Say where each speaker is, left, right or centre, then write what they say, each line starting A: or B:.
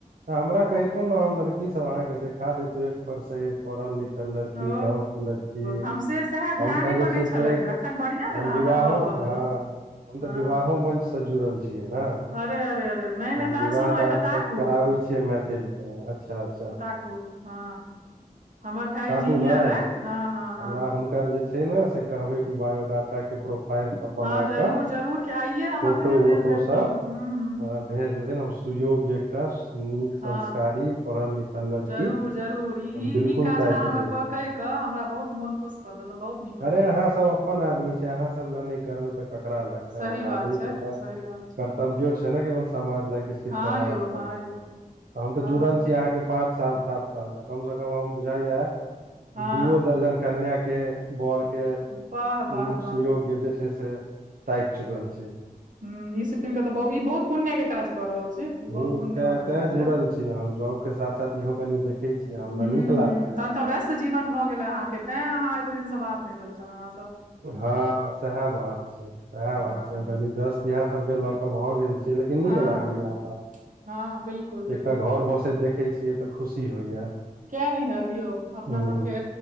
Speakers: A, on the right; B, on the right.
A: तऽ हमरा कहितो नऽ हम लड़की सब अहाँकेँ देखा देैतौ एक पर सँ एक पढ़ल लिखल लड़की
B: ओ
A: गाँव केँ लड़ की
B: हम से सएह
A: हम
B: ध्याने
A: तऽ जे
B: पर
A: छै
B: नहि छलैया
A: से
B: एखन बढ़िआँ भेले
A: हम विवाहो
B: हमरा कॉल कऽ देलहुँ
A: हँ हम तऽ
B: हँ
A: विवाहो मंच सँ जुड़ल छियै नऽ
B: अरे अरे अरे नहि
A: हम
B: नहि तहन
A: विवाह
B: सुनू
A: दान
B: एकटा ताकू
A: सब करा बै छियै मैथिल कऽ अच्छऽ अच्छऽ
B: ठाकुर हँ हमर भाय
A: ताकू
B: इंजीनियर
A: ने
B: अई हँ हँ हँ
A: हमरा हुनकर जे छै नऽ से कहबै कि बायोडाटा केँ प्रोफाइल सब बना
B: हँ जरूर
A: कऽ
B: जरूर की आइये हम
A: फोटो
B: अखने
A: वोटो
B: भेज देब
A: सब
B: की हुँ हुँ
A: हमरा भेज देथिन हम सुयोग्य एकटा नीक संस्कारी
B: हँ
A: पढ़ल लिखल लड़की
B: जरूर जरूर ई
A: हम
B: ई
A: बिल्कुल
B: ई काज
A: ताकि
B: अहाँ हमर
A: देब
B: कऽ कहि कऽ हमरा बहुत मोन खुश कऽ देलहुँ बहुत नीक
A: अरे
B: लागल
A: अहाँ सब अपन आदमी छै अहाँ सब लऽ नय करबै तऽ ककरा लऽ
B: सही
A: करबै
B: बात
A: आदमी
B: छै
A: केँ तऽ
B: सही बात छै
A: कर कहबियो छै नऽ की समाज लऽ किछ किछ
B: हँ
A: करबाक
B: यौ
A: चाही
B: हँ यौ
A: हम
B: हँ
A: तऽ जुड़ल छी अहाँकेँ पाँच साल सात साल सँ कम सँ कम हम बुझाइय
B: हँ
A: दूओ दर्जन कन्या केँ बर केँ
B: वाह वाह
A: नीक सुयोग्य
B: वाह
A: जे छै से ताइक चुकल छी
B: हुँ ई सुइन कऽ तऽ ई बहुत पुण्यकेँ काज कऽ रहल छी ई बहुत
A: हूँ
B: पुण्य
A: तें
B: वाला
A: तें
B: काज
A: जुड़ल
B: अइ
A: छी हम जॉब केँ साथ साथ इहो कनि देखे छीये हमरा
B: हूँ
A: नीक लागेय
B: हूँ तहन
A: हमरा
B: तऽ व्यस्त जीवन भऽ गेलै अहाँके तैं अहाँ एते दिनसँ बात नहि भेल छल अहाँ से
A: हाँ सेएहा बात छै सेएहा
B: हँ
A: बात छै हम कनि दस्त इएह सब केलक भऽ गेल छै लेकिन
B: हँ
A: नीक लागैये
B: हँ
A: हमरा
B: हँ बिल्कुल
A: एकटा
B: बिल्कुल
A: घर बसैत देखे छी के तऽ खुशी होइया
B: किया ने हात यौ अपना
A: हूँ
B: सबके